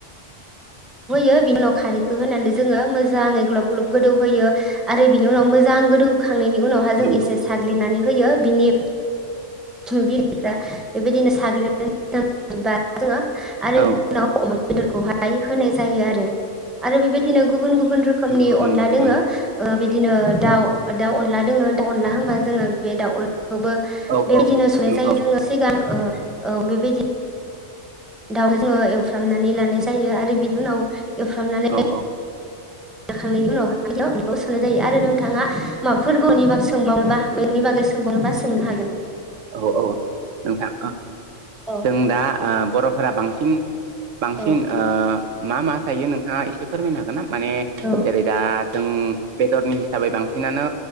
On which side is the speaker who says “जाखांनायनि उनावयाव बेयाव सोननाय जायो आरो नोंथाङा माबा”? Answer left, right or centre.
Centre